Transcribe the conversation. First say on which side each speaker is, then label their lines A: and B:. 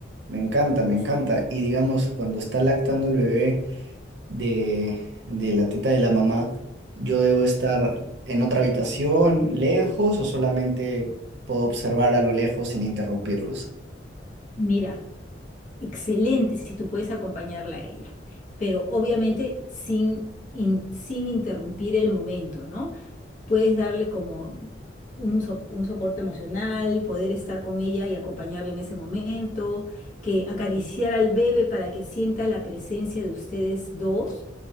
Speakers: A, on the right; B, on the left.
A: Me encanta, me encanta.
B: sí,
A: Y digamos, cuando está lactando el bebé de, de la teta de la mamá, ¿yo debo estar en otra habitación, lejos, o solamente puedo observar a lo lejos sin interrumpirlos?
B: mira, excelente si tú puedes acompañarla a ella, pero obviamente sin, in- sin interrumpir el momento, ¿no? puedes darle como un, so- un soporte emocional, poder estar con ella y acompañarla en ese momento, que acariciar al bebé para que sienta la presencia de ustedes dos